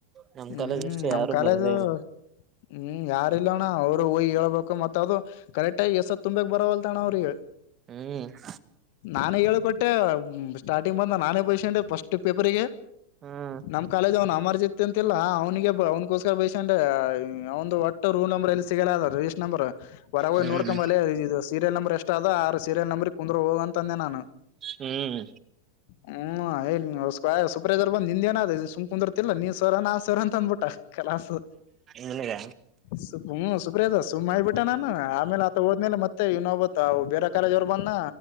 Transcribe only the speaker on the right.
ನಮ
ಕಾಲೇಜ ಅಷ್ಟೇ
ಯಾರು
ಬರೋದೇ ಇಲ್ಲ
ಹ್ಮ್
ಹ್ಮ್
ಹ್ಮ್
ಹ್ಮ್
ನಿನಗ